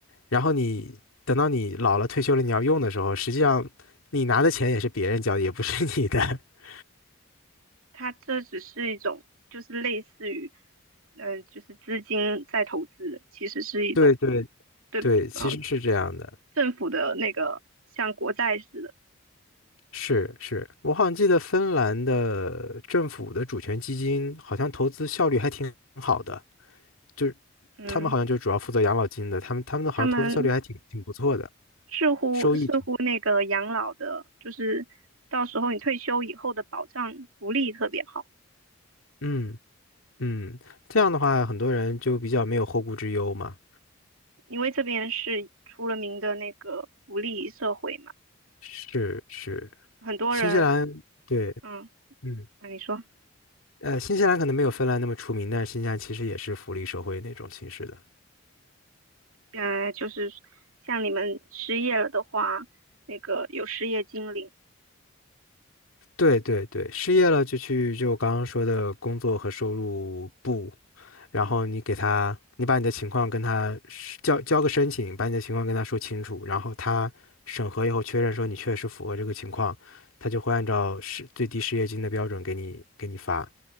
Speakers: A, on the left (about 75°); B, on the right (about 80°).
A: 然后你等到你老了退休了你要用的时候，实际上你拿的钱也是别人交的，也不是你的。<laughs>
B: 它这只是一种，就是类似于，嗯、呃就是资金在投资的其实是一种
A: 对对
B: 对，
A: 对，其实是这样的。
B: 啊政府的那个像国债似的，
A: 是是，我好像记得芬兰的政府的主权基金好像投资效率还挺好的，就是
B: 嗯，
A: 他们好像就主要负责养老金的，他们他们的好像投资效率还挺挺不错的，
B: 他们似乎似乎那个养老的，
A: 收益挺，
B: 就是到时候你退休以后的保障福利特别好，
A: 嗯。嗯，这样的话，很多人就比较没有后顾之忧嘛。
B: 因为这边是出了名的那个福利社会嘛，
A: 是是，
B: 很多人，
A: 新西兰对，
B: 嗯，
A: 嗯，
B: 那你说
A: 呃，新西兰可能没有芬兰那么出名，但是新西兰其实也是福利社会那种形式的。
B: 嗯，呃，就是像你们失业了的话，那个有失业金领。
A: 对对对，失业了就去就我刚刚说的工作和收入部，然后你给他，你把你的情况跟他是交交个申请，把你的情况跟他说清楚，然后他审核以后确认说你确实符合这个情况，他就会按照失最低失业金的标准给你给你发。